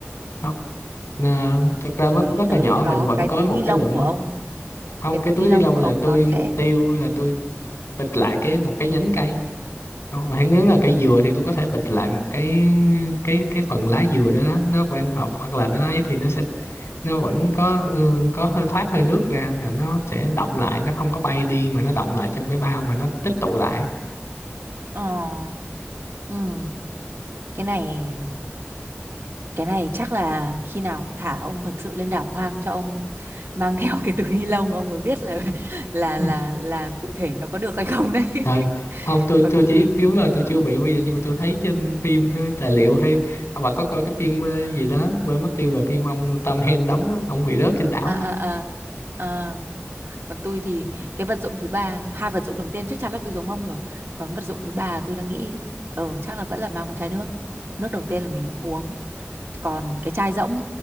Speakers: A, on the left; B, on the right.
A: không ờ, thực ra
B: thì,
A: rất
B: thì
A: rất
B: tới
A: là nhỏ
B: lúc đó
A: mình vẫn
B: cái
A: có
B: túi
A: một
B: ni lông
A: cái lượng
B: của
A: nước
B: ông
A: không
B: cái túi
A: cái túi
B: ni lông
A: ni lông
B: của
A: là
B: ông
A: tôi
B: nó
A: mục
B: sẽ
A: tiêu là tôi bịch lại cái một cái nhánh cây không, mà nếu là cây dừa thì tôi có thể bịch lại một cái cái cái phần lá dừa đó đó nó quang hợp hoặc là nó ấy thì nó sẽ nó vẫn có ừ, có hơi thoát hơi nước ra là nó sẽ động lại nó không có bay đi mà nó động lại trong cái bao và nó tích tụ lại
B: ờ, ừ, cái này Cái này chắc là khi nào phải thả ông thực sự lên đảo hoang cho ông mang <laughs> theo cái túi ni lông ông mới biết là <laughs> là
A: ừ
B: là là cụ thể nó có được hay không đấy.
A: Ừ.
B: <laughs>
A: không tôi
B: Còn
A: tôi
B: tôi
A: chỉ đúng là tôi chưa bị bây giờ nhưng mà tôi thấy trên phim thôi tài liệu hay à, bà có coi cái phim ờ, gì đó quên mất tiêu rồi phim ông Tom Hanks đóng á, ông bị rớt trên đảo
B: à
A: đó
B: à à à còn tôi thì cái vật dụng thứ ba, hai vật dụng đầu tiên chắc chắn là tôi giống ông rồi. Còn vật dụng thứ ba tôi đang nghĩ ờ chắc là vẫn là mang một chai nước. Nước đầu tiên là mình vẫn uống còn cái chai rỗng